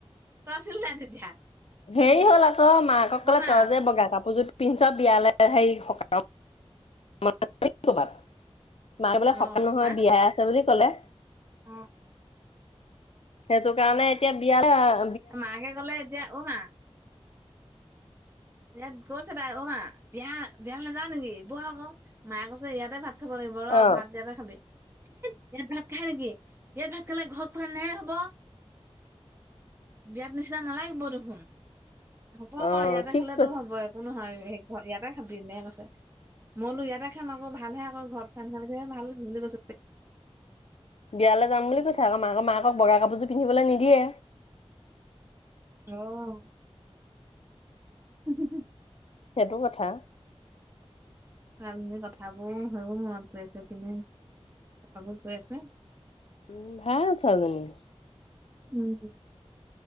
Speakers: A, on the right; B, on the left.
A: তই আছিলি নাই তেতিয়া?
B: সেইৰি হ'ল আ ত মাকক ক'লে
A: অ' মা
B: তই যে বগা কাপোৰযোৰ পিন্ধি বিয়াল হে সকাম মাৰিবলে
A: অ'
B: সকাম নহয়
A: আহ
B: বিয়াই আছে বুলি। কলে,
A: অ
B: সেইটো কাৰণে তি <unintelligible>
A: মাকে ক'লে এতিয়া, অ', মা। বিয়াত গৈছে তাই অ', মা বিয়া বিয়ালে নাযাওঁ নেকি? ব'ল আকৌ, মায়ে কৈছে ইয়াতে ভাত খাব লাগিব ৰ,
B: অ
A: ভাত ইয়াতে খাবি। ইয়াত ভাত খাই নেকি? ইয়াত ভাত খালে ঘত খোৱা নিচিনা হে হ'ব। বিয়াত নিচিনা নালাগিব দেখোন। হ'ব,
B: অ
A: ইয়াতে
B: ঠিক
A: খালেতো
B: কৈ
A: হ'ব, একো নহয়। ইয়াতে খাবি, এনেই কৈছে। মইলো ইয়াতে খাম আকৌ, ভাল হে অ', ঘৰত খোৱা <unintelligible>
B: বিয়ালৈ যাম বুলি কৈছে আকৌ, মাকক মাকক বগা কাপোৰযোৰ পিন্ধিবলৈ নিদিয়ে।
A: অহ। হি! হি! হি!
B: সেইটো কথা!
A: <unintelligible> কথাবোৰ হৈও মনত পৰি আছে, কিনো কথাবোৰ কৈ আছে।
B: উম, ভাল ছোৱালীজনী।
A: উম।